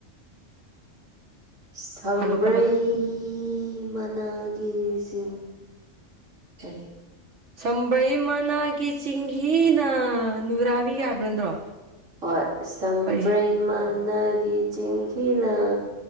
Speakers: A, on the right (about 90°); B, on the right (about 70°).
A: ꯁꯝꯕ꯭ꯔꯩ
B: ꯈꯜꯂꯣ ꯈꯜꯂꯣ
A: ꯃꯅꯥꯒꯤꯁꯤꯡ ꯀꯔꯤ
B: ꯁꯪꯕ꯭ꯔꯩ ꯃꯅꯥꯒꯤ ꯆꯤꯡꯍꯤꯅ ꯅꯨꯔꯥꯕꯤ ꯍꯥꯏꯕ ꯅꯠꯇ꯭ꯔꯣ
A: ꯍꯣꯏ ꯁꯝꯕ꯭ꯔꯩꯃꯅꯒꯤ
B: ꯀꯔꯤ
A: ꯆꯦꯡꯍꯤꯅ